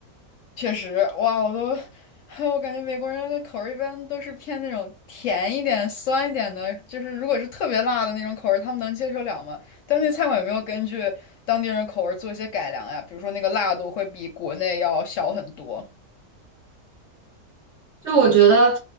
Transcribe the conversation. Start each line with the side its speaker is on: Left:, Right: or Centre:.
Left: 确实，哇，我都，<laughs> 我感觉美国人的口味一般都是偏那种甜一点、酸一点的，就是如果是特别辣的那种口味，他们能接受了吗？当地餐馆有没有根据当地人口味做一些改良呀？比如说那个辣度会比国内要小很多。
Right: 就我觉得